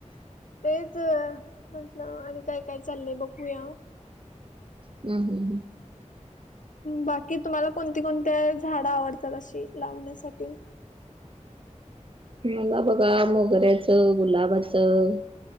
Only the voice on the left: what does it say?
तेच म्हंटलं आणि काय काय चाललंय बघूया.
बाकी तुम्हाला कोणती कोणती्या झाडं आवडतात अशी लावण्यासाठी.